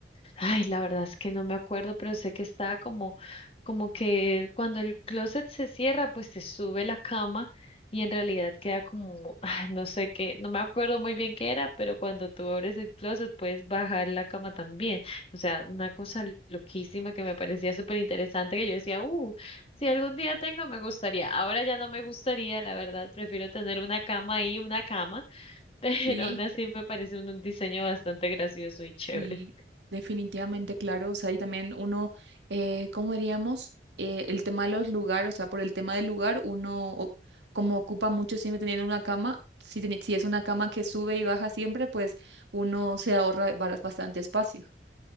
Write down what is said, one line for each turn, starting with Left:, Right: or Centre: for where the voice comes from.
Left: Ay, la verdad es que no me acuerdo, pero sé que estaba como, como que cuando el closet se cierra, pues se sube la cama y en realidad queda como, ah, no sé qué, no me acuerdo muy bien qué era, pero cuando tú abres el closet puedes bajar la cama también. O sea, una cosa loquísima que me parecía súper interesante que yo decía, uh, si algún día tengo, me gustaría. Ahora ya no me gustaría, la verdad, prefiero tener una cama ahí, una cama, <laughs> pero
Right: Sí,
Left: aún así me parece un un diseño bastante gracioso y chévere.
Right: sí, definitivamente, claro. O sea, y también uno, eh, ¿cómo diríamos? Eh, el tema de los lugares, o sea, por el tema del lugar, uno o- como ocupa mucho siempre teniendo una cama, si, tiene- si es una cama que sube y baja siempre, pues uno se ahorra ba- bastante espacio.